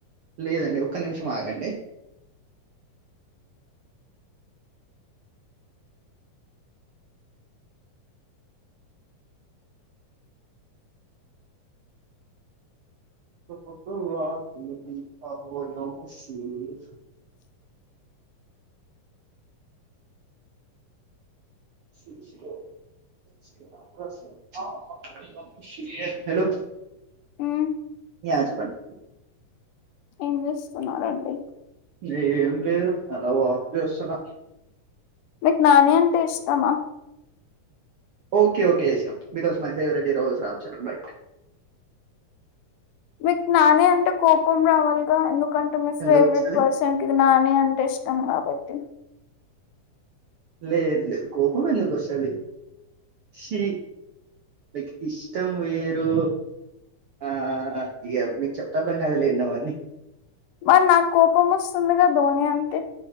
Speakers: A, on the right (about 70°); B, on the left (about 80°).
A: లేదండి, ఒక్క నిమిషం ఆగండి పొట్టు పొట్టు ఆకలుంది ఆయా షేర్ <unintelligible> ఆయా షేర్ హలో
B: మ్మ్
A: యా చెప్పండి
B: ఏం చేస్తున్నారండి
A: ఏ ఏం లేదు అలా వాక్ చేస్తున్నా
B: మీకు నానీ అంటే ఇష్టమా
A: ఓకే ఓకే ఇష్టం, because my favourite hero is Ram Charan right
B: మీకు నానీ అంటే కోపం రావాలిగా ఎందుక్ కంటే మీ ఫేవరెట్
A: ఎందుకు వస్తది
B: పర్సన్ కి నానీ అంటే ఇష్టం కాబట్టి
A: లేదు లేదు కోపం ఎందుకోస్తాది షి మీకు ఇష్టం వేరు ఆ ఇ మీకు చెప్తే అర్ధంకాదు లేండి అవ్వన్నీ
B: మరి నాకు కోపం వస్తుందిగా ధోని అంటే